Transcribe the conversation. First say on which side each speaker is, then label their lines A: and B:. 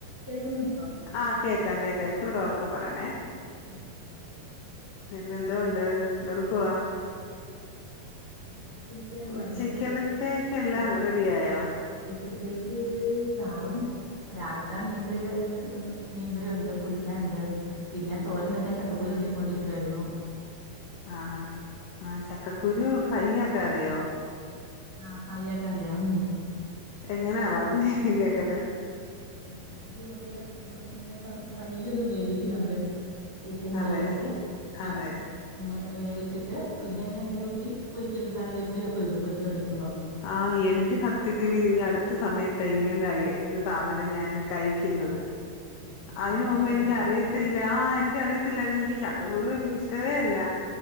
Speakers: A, on the left (about 15°); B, on the left (about 80°).
A: കേക്കുന്നുണ്ടോ-
B: ആഹ് കേക്കാം കേക്കാം ഇത്തിരി കൂടെ ഒറക്കെ പറയണേ-
A: <unintelligible> ആ-
B: പിന്നെ എന്തോണ്ട് എന്തെടുക്കവാ-
A: നമ്മളിങ്ങനെ ഇരിക്കുവായിരുന്നു
B: ഉച്ചക്കലുത്തേക്ക്
A: പണിയും കഴിഞ്ഞ്
B: എല്ലാം
A: ഉച്ച
B: റെഡിയായോ-
A: ഉച്ചത്തേക്ക് ചാറും രാവിലത്തെ മീൻകറിയുടെ മീൻകറിയുണ്ട് പൊരിക്കാനുണ്ട് പിന്നെ തോരം വെക്കാൻ ചക്കക്കുരു ചൊരണ്ടിക്കൊണ്ടിരിക്കുവാരുന്നു-
B: ആഹ് ആഹ് ആഹ് ചക്ക- കുരു ഫ്രൈ ആക്കാറിയോ-
A: ആ ഫ്രൈ ആക്കാൻ അറിയാം-
B: എങ്ങനെയാ പറഞ്ഞേ കേക്കട്ടെ-
A: ചക്കക്കുരു നമ്മള് ഇങ്ങനെ പ പയ്യൊന്ന് വേവിക്കും നമ്മള്- ഉപ്പും മൊളകും
B: അതെ
A: ഇട്ട് ആ
B: അതെ
A: - വേവിച്ചിട്ട് പിന്നെ അതിനെ എണ്ണ ഊറ്റി പൊരിച്ചെടുക്കും കറിവേപ്പിലേം ഒപ്പം ഇടും പൊരിച്ചു കൊണ്ടിരിക്കുമ്പോ-
B: ആ എനിക്ക് സത്യത്തിൽ ഈ അടുത്ത സമയത്താ ഇങ്ങനെ ഇത് സാധനം ഞൻ കഴിക്കുന്നത്-
A: അതെല്ലേ
B: അതിന്
A: നല്ല
B: മുമ്പ്
A: ടേസ്റ്റ്
B: എനിക്ക്
A: അല്ലേ
B: അറിയത്തില്ല ആ എനിക്കറിയത്തില്ലെനിക്ക് ച- കുരു എനിക്ക്ഷ്ടവേ അല്ല-